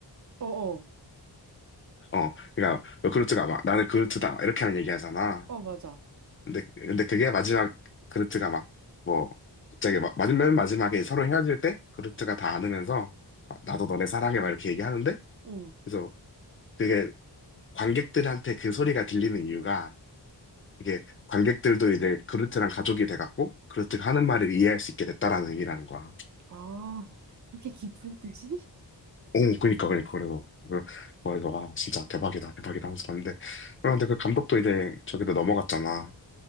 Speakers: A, on the right (about 40°); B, on the left (about 30°).
A: 어, 어.
B: 어 그러니까 왜루트가 막 나는 그루트다 이렇게 하는 얘기 하잖아
A: 어, 맞아.
B: 근데, 근데 그게 마지막, 그루트가 막, 뭐, 갑자기 마, 맨 마지막에 서로 헤어질 때, 그루트가 다 안으면서, 막 나도 너네 사랑해, 막 이렇게 얘기하는데,
A: 응.
B: 그래서 그게 관객들한테 그 소리가 들리는 이유가, 이게 관객들도 이제 그루트랑 가족이 돼갖고, 그루트가 하는 말을 이해할 수 있게 됐다라는 의미라는 거야.
A: 아, 그렇게 깊은 뜻이?
B: 오, 그니까, 그니까, 그래서, 그- 그래서, 아, 진짜 대박이다, 대박이다 하면서 봤는데, 그런데 그 감독도 이제 저기로 넘어갔잖아.